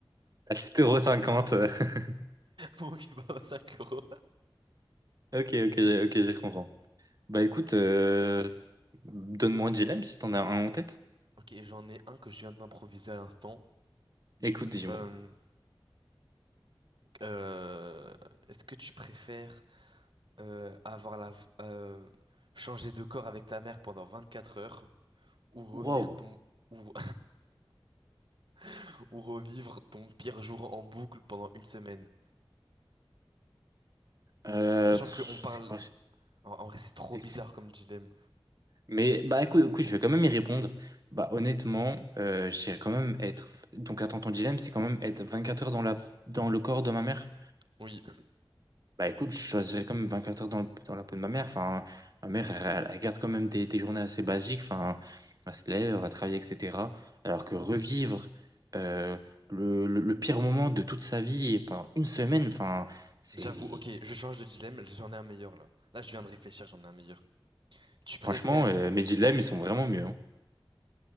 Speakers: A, on the right; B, on the right.
A: À sept euros cinquante <laughs>
B: bon kebab à 5 euros.
A: Ok, ok, ok, je comprends. Bah écoute,
B: Ok.
A: euh, donne-moi un dilemme si t'en as un en tête.
B: Ok, j'en ai un que je viens d'improviser à l'instant.
A: Écoute, dis-moi.
B: Euh, euh, est-ce que tu préfères euh, avoir la... v- euh, changer de corps avec ta mère pendant 24 heures ou
A: Wow.
B: revivre ton ou, <laughs> ou revivre ton pire jour en boucle pendant une semaine.
A: Euh,
B: Sachant
A: pff,
B: qu'on parle.
A: c'est quoi? ce-
B: En, en vrai, c'est trop
A: c'est-
B: bizarre
A: c'est-
B: comme dilemme.
A: Mais bah écoute, écoute, je vais quand même y répondre. Bah honnêtement, euh, j'irais quand même être. Donc attends, ton dilemme, c'est quand même être 24 heures dans la... dans le corps de ma mère?
B: Oui,
A: Bah écoute, je choisirais quand même 24 heures dans le- dans la peau de ma mère. Enfin, ma mère, elle, elle garde quand même des, des journées assez basiques. Enfin, elle se lève, elle va travailler, etc. Alors que revivre euh, le, le- le pire moment de toute sa vie et pendant une semaine, enfin, c'est...
B: j'avoue, ok, je change de dilemme, j'en ai un meilleur là. Là, je viens de réfléchir, j'en ai un meilleur. Tu préfères.
A: Franchement, euh, mes dilemmes, ils sont vraiment mieux. hein.